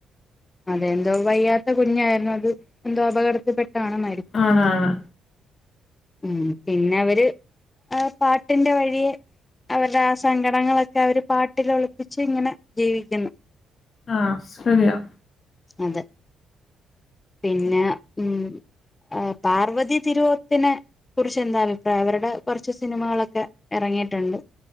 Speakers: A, on the left (about 20°); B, on the left (about 40°).
A: അതെന്തോ വയ്യാത്ത കുഞ്ഞായിരുന്നു അത് എന്തോ അപകടത്തിൽപ്പെട്ടാണ് മ
B: ആണാണ്
A: ഉം പിന്നെ അവര് ആഹ് പാട്ടിന്റെ വഴിയെ അവരുടെ ആ സങ്കടങ്ങളൊക്കെ അവര് പാട്ടിലൊള ച്ച് ഇങ്ങനെ ജീവിക്കുന്നു
B: ആഹ് ശരിയാ
A: അതെ പിന്നെ ഉം ആഹ് പാർവതി തിരുവോത്തിനെ കുറച്ച് എന്താ അഭിപ്രായം അവരുടെ കുറച്ച് സിനിമകളൊക്കെ ഇറങ്ങിയിട്ടുണ്ട്